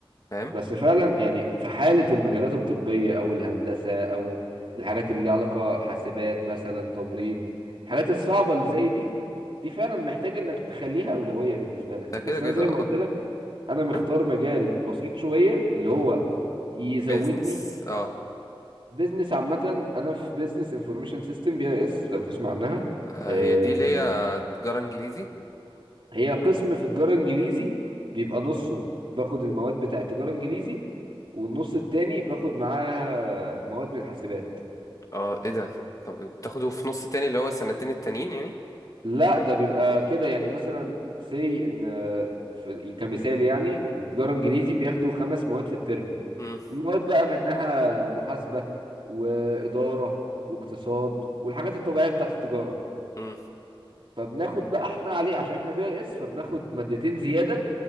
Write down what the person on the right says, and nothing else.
بس فعلا يعني في حالة المجالات الطبية أو الهندسة أو الحاجات اللي ليها علاقة حاسبات مثلا تمريض الحاجات الصعبة اللي زي دي دي فعلا محتاج إنك تخليها أولوية بالنسبة لك
بس
أنا زي ما قلت لك أنا مختار
مجال بسيط شوية اللي هو يزودني
بيزنس عامة أنا في بيزنس انفورميشن سيستم بي أي إس لو تسمع عنها
آه،
هي قسم في تجارة انجليزي بيبقى نصه باخد المواد بتاع تجارة انجليزي والنص التاني باخد معاها مواد من حاسبات
لا ده بيبقى كده يعني مثلا سي ان في كمثال يعني ان تجارة انجليزي بياخدوا خمس مواد في الترم
المواد بقى منها محاسبة وإدارة واقتصاد والحاجات الطبيعية بتاعة التجارة
فبناخد بقى احنا عليه عشان احنا بي اس فبناخد مادتين زيادة